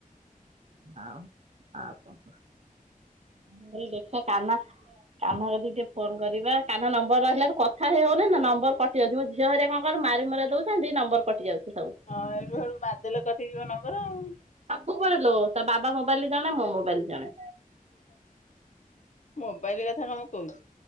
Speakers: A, on the right; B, on the left.
A: ହଉ ଆଉ କଣ କ ଦେଖିବା କାମ? କାହ୍ନା କତି ଟିକେ ଫୋନ କରିବା। କାହ୍ନାନମ୍ବର ରହିଲା କଥା ହେଇ ହଉନି ନା ନମ୍ବର କଟ ଯାଉଛି। ଝିଅ ହିଆ କଣ ମାରି ମୁରା ଦଉଛନ୍ତି ନମ୍ବର କଟି ଯାଉଛି ସବୁ?
B: ହଁ, ଏଠୁ ବେଳୁ ବାଦେଲେ କଠ ଯିବ ନମ୍ବର ଆଉ।
A: ସବୁବେଳେ ଲୋ, ତା ବାବା ମୋବାଇଲ ଜଣେ ମୋ ମୋବାଇଲ ଜଣେ।
B: ମୋବାଇଲ କଥା କଣ କହୁଛୁ?